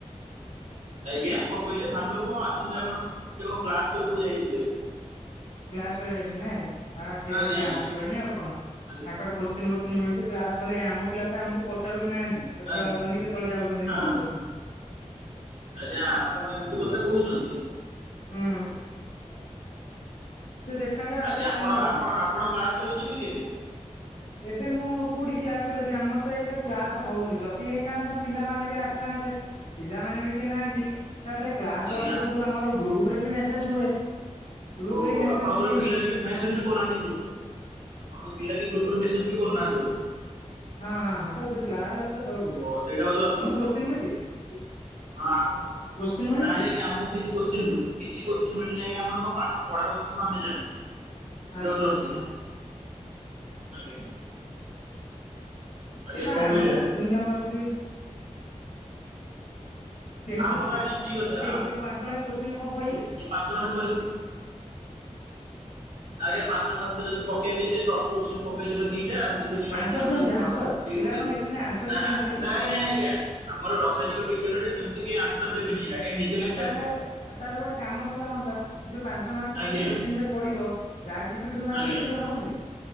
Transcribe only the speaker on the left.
କ୍ଲାସ କରିବାକୁ ଯାଇଛନ୍ତି ନାଇଁଁ ସିଏ ଏବେ
କ୍ଲାସ
କଲେଣି ଆଉ କଣ ତାଙ୍କର
କ୍ୱେଶ୍ଚିନ ଫୋଚିନ ମିଳୁଚି କ୍ଲାସ କଲେ ହିଁ ଆମ ପିଲା ତ ଆମକୁ ପଚାରୁ ବି ନାହାନ୍ତି କେତେବେଳେ
ଆସଛନ୍ତି କେତେବେଳେ ଯାଉଛନ୍ତି
କଣ କରୁଛନ୍ତି।
ହୁଁ ସେ ଦେଖାଯା
ଆଗକୁ
କଣ ହଉଛି?
ଏବେ ମୁଁ କୋଉଠି କ୍ଲାସ କରିବାକୁ ଯିବି ଆମର ତ ଏକରେ କ୍ଲାସ ହଉନି ଯଦି ହେଇଥାନ୍ତା ପିଲାମାନେେ ବି ଆସିଥାନ୍ତେ। ପିଲାମାନେ ବି କିଏ ନାହାନ୍ତି ତାପରେ କ୍ଲାସ
ହବା ପୂର୍ବରୁ ଆମର ଗ୍ରୁପ ରେ ବି ମେସେଜ ହୁଏ। ଗ୍ରୁପ
ରେ ବି ମେସେଜ
କିଛି ହେଇନି
ତାମାନେ
ହଁ-ହଁ-ହଁ ଯଦି ଲ ଦବାକୁ ପଡିବ
ତମକୁ କୋଶ୍ଚିନ ମିଳିଛି।
କୋଶ୍ଚିନ୍ ମିଳିଛି
ଆଚ୍ଛା
ଆଚ୍ଛା।
ଏ ବା
ଆମର
ସେମିତି ଆମର ଅଛି। କେମିତି
ଯାଇ
ସେ ପାଞ୍ଚ ମାର୍କିଆ କୋ୍ଚିିନ କଣ ପଢେଇବେ।
ଆନ୍ସର
ଦିଅନ୍ତି
ଆନ୍ସର
ପିଲା
କଣ ଲେଖିଛନ୍ତି ଆନ୍ସର
ବି
ଦିଅନ୍ତି ବୋଲି
ଆଉ
ତାହେଲେ
ଆଉ ତାହେଲେ ଗୋଟେ କାମ କଲ ହୁଅନ୍ତା। ଯୋଉ ପାଞ୍ଚ ମାର୍କ
ଯୋଉ କୋଶ୍ଚିନ ଟେ ପଡିବ ଚାଟ୍ ଜିପିଟି ରେ ମାରି
ଲେଖିଦେଲେ ହବନି।